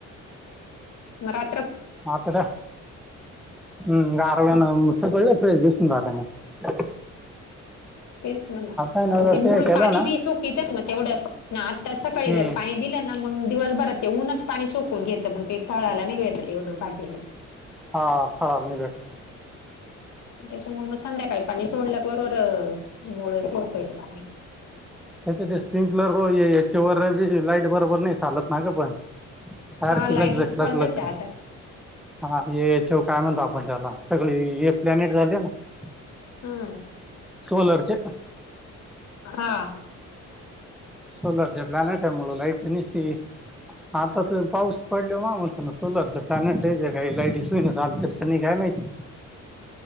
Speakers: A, on the left; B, in the centre.
A: म रा
B: आता का हम् गारव्याना सगळ फ्रेश दिसून राहत मग. ह
A: तेच ना मग
B: आहे ना जर
A: ते मुळ
B: केलं
A: पाणी
B: ना
A: बी सुकित ना मग तेवढं ना आता सकाळी
B: हम्म
A: जर पाणी दिलं ना मग दिवस बरात ते ऊनच पाणी सुकवून घेत तर मग ते फळाला नाही भेटात एवढं बाजीला
B: हा फल नाही बेठी
A: त्याच्यामुळे मग संध्याकाळी पाणी सोडल्या बरोबर मुळ सोडत येत पाणी
B: त्याच ते स्प्रंकलर वचओ वरी लाईट बरोबर नाही चालत ना का पण सारखी
A: हा लाईटीच
B: लग झटल
A: फॉल्टच
B: लग
A: आहे आता
B: हाेव काय म्हणतो आपण त्याला सगळी हे प्लॅनेट झाली ना
A: हम्म
B: सोलरचे
A: हा
B: सोलरच्या प्लॅनेट आहे मुळ लाईट निसती आता तर पाऊस पडले म मग ना सोलरच प्लॅनेट या काही लाईटसईन चालते क नाही काय माहिती